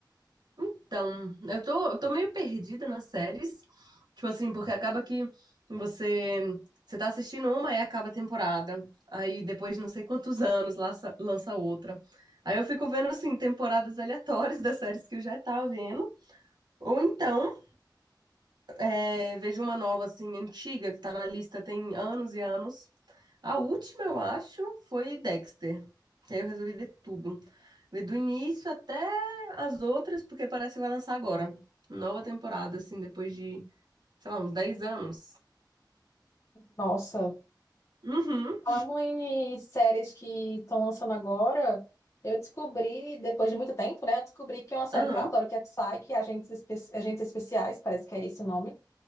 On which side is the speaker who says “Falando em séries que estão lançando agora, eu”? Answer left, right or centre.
Left